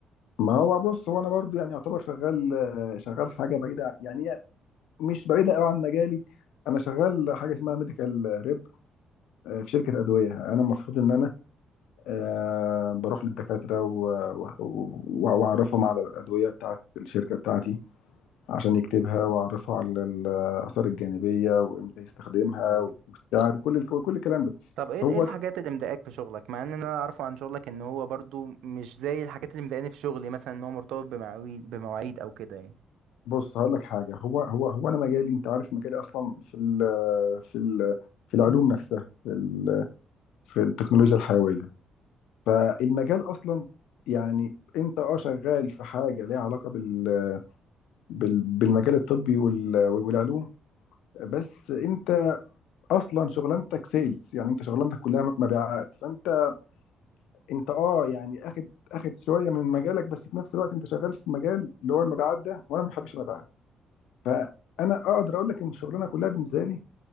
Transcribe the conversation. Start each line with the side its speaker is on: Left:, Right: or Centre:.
Left: ما هو بص هو انا برضو يعني يعتبر شغال شغال حاجه بعيده يعني هي مش بعيده قوي عن مجالي انا شغال حاجه اسمها ميديكال ريب في شركه ادويه انا المفروض ان انا آه بروح للدكاترة و- و- و- وأعرفهم على الأدوية بتاعت الشركة بتاعتي عشان يكتبها وأعرفه على الآثار الجانبية وإمتى يستخدمها
Right: اه
Left: والسعر وكل الك- كل الكلام ده
Right: طب ايه
Left: هو
Right: ايه الحاجات اللي مضايقاك في شغلك مع ان انا اعرفه عن شغلك ان هو برضو مش زي الحاجات اللي مضايقاني في شغلي مثلا ان هو مرتبط بمواعيد بمواعيد او كده يعني
Left: بص هقول لك حاجة هو هو هو أنا مجالي أنت عارف مجالي أصلا في ال في ال في العلوم نفسها في ال في التكنولوجيا الحيوية فالمجال أصلا يعني أنت أه شغال في حاجة ليها علاقة بال بال- بالمجال الطبي وال- والعلوم بس انت اصلا شغلانتك سيلز يعني انت شغلانتك كلها مبيعات فانت انت اه يعني اخد اخد شويه من مجالك بس في نفس الوقت انت شغال في مجال اللي هو المبيعات ده وانا ما بحبش المبيعات فانا اقدر اقول لك ان الشغلانه كلها بالنسبه لي